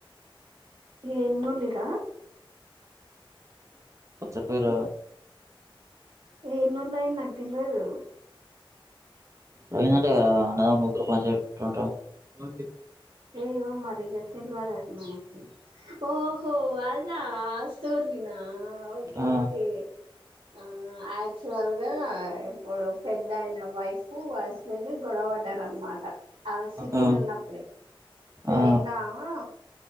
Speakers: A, on the right (about 70°); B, on the right (about 35°).
A: ఏం లొల్లి రా
B: కొంచం పేరు
A: ఏం లొల్లి నాకు తెలియదు
B: పోయిందట కదా అన్నదమ్ముల ముగ్గురు పంచాయతీ
A: ఏమో మరి తెల్వదు అది మనకి ఓహో లాస్ట్ స్టోరినా ఓకేఓకే
B: ఆ
A: ఆ యాక్చువల్గా ఇప్పుడు పెద్దయిన వైఫ్ వెళ్లి గొడవాడ్డారు అనమాట అద సి
B: ఆ ఆ
A: ఉన్న అప్పుడే అసలు
B: ఆ
A: ఏం కావాలో